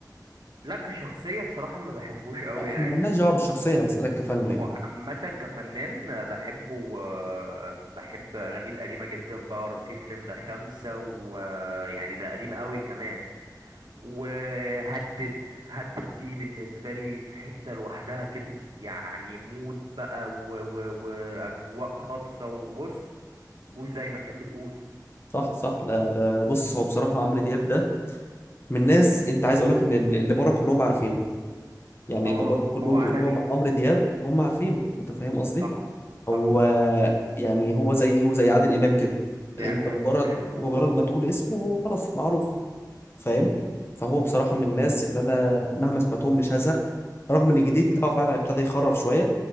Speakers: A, on the right; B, on the left.
A: لا كشخصية بصراحة ما بحبوش قوي
B: لا احنا
A: يعني
B: مالناش دعوة بالشخصية انا بسألك كفنه
A: ما
B: يعني
A: هو عامة كفنان بحبه آه، بحب أغانيه القديمة جدا بقى رصيف نمرة خمسة ويعني ده قديم قوي كمان وهدد هدد دي بالنسبة لي في حتة لوحدها كده يعني مود بقى و... و... وأجواء خاصة وبص قول زي ما تحب تقول
B: صح صح لا لا بص هو بصراحة عمرو دياب ده من ناس انت عايز اقولك ان اللي اللي بره كلهم عارفينه يعني
A: اه
B: اللي بره كلهم
A: هو عالمي
B: تقول لهم عن عمرو دياب هم عارفينه انت فاهم قصدي؟
A: صح
B: هو
A: صح
B: يعني هو زيه زي عادل امام كده
A: زي
B: انت
A: عادل إمام
B: مجرد
A: في السينما مظبوط
B: مجرد ما تقول اسمه هو خلاص معروف فاهم فهو بصراحة من الناس اللي أنا مهما سمعتهم مش هزهق رغم إن الجديد
A: مم.
B: بتاعه فعلا ابتدى يخرف شوية